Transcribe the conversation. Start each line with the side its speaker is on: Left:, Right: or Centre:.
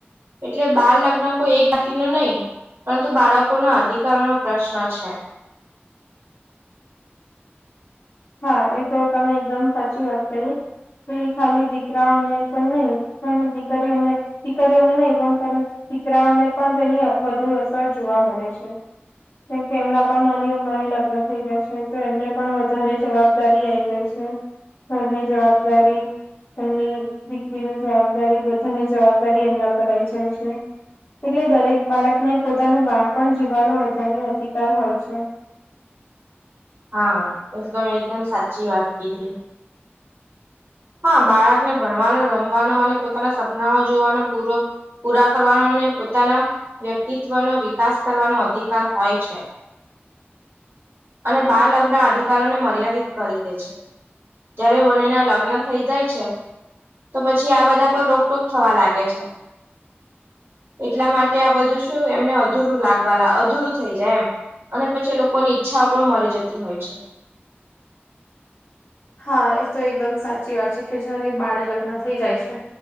Right: એટલે બાળ લગ્ન કોઈ એક જાતિ ન નહી પરંતુ બાળકો લોકો ના અધિકાર નો પ્રશ્ન છે
Left: હા એ તો તમે એકદમ સાચી વાત કહી એ ખાલી દીકરાઓને પણ નહી પણ દીકરીઓને દીકરીઓને નહી પણ દીકરાઓને પણ તેની વધુ અસર જોવા મળે છે કેમ કે એમના પણ નાની ઉંમરે લગ્ન થઈ જાય છે તો એમને પણ વધારે જવાબદારી આઈ જાય છે ઘરની જવાબદારી એમની દીકરીની જવાબદારી બધાની જવાબદારી એમના પર આવી જાય છે એટલે દરેક બાળકને પોતાનું બાળ પણ જીવવાનો વધારે અધિકાર હોય છે
Right: હા એ તો મેં એકદમ સાચી વાત ક હતીી હા બાળકને ભણવાનો રમવાનો અને પોતાના સપનાઓ જોવાનો પૂરો પૂરા કરવાનો અને પોતાના વ્યક્તિત્વનો વિકાસ કરવાનો અધિકાર હોય છે અને બાળ લગ્ન અધિકારો ને મર્યાદિત કરી દે છે જયારે બંને ના લગ્ન થઇ જાય છે તો પછી આ બધા પર રોકટોક થવા લાગે છે એટલા માટે આ બધું શું એમને અધરું લાગવા અધૂરું થઈ જાય એમ અને પછી એ લોકોની ઈચ્છાઓ પણ મરી જતી હોય છે
Left: હા એ તો એકદમ સાચી વાત છે કે જયારે બાળે લગ્ન થઈ જાય છે